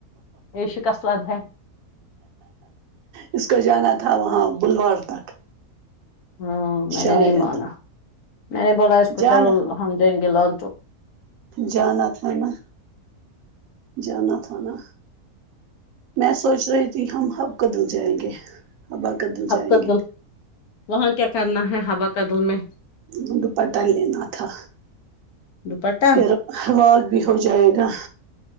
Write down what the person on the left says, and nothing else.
یہ شکسلد ہے
ہاں میں
نے نہیں مانا میں نے بولا اس کو
چل ہم جایں گے لالچوک
ہب
کا
دل وہاں کیا کرنا ہے ہوا کا دل میں
دوپٹہ